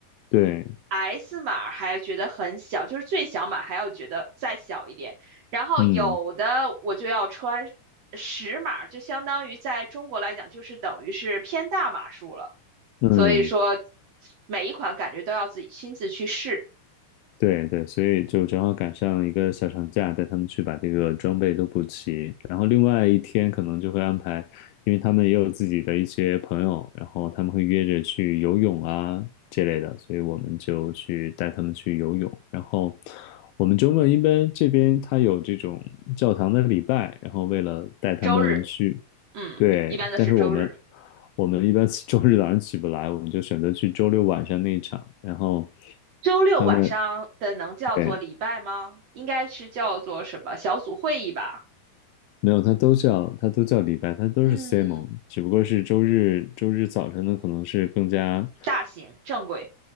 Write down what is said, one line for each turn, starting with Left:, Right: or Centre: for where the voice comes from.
Left: 对，
Right: S 码还觉得很小，就是最小码还要觉得再小一点。然后有的我就要穿十码，
Left: 嗯
Right: 就相当于在中国来讲，就是等于是偏大码数了。
Left: 嗯。
Right: 所以说，每一款感觉都要自己亲自去试。
Left: 对对，所以就正好赶上一个小长假，带他们去把这个装备都补齐。然后另外一天可能就会安排，因为他们也有自己的一些朋友，然后他们会约着去游泳啊这类的，所以我们就去带他们去游泳。然后我们周末一般这边他有这种教堂的礼拜，然后为了带他们去，
Right: 周日，嗯，
Left: 对，
Right: 一般的是周日。
Left: 但是我们我们一般 <laughs> 周日早上起不来，我们就选择去周六晚上那一场，然后。
Right: 周六晚上的能叫做礼拜吗？
Left: 他们对，
Right: 应该是叫做什么小组会议吧？
Left: 没有，他都叫他都叫李白，他都是
Right: 嗯，
Left: Simon，只不过是周日周日早晨的可能是更加。
Right: 大型正规，